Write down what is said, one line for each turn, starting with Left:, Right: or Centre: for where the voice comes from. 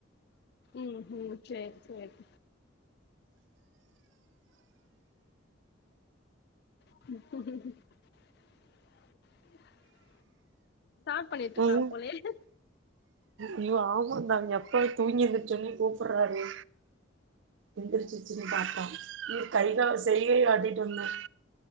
Left: ம் ம் சேரி சேரி <unintelligible> ஸ்டாட் பண்ணிட்டுருக்காங்க
Right: ம்
Left: போலயே இன்னா
Right: ஐயோ ஆமாந்த அவங்க எப்பவே தூங்கி எந்திருச்ச ஒன்னே கூப்பறாரு எந்திரிச்சிருச்சிடி பாப்பா நீ கைகா செய்கைய காட்டிட்டு வந்த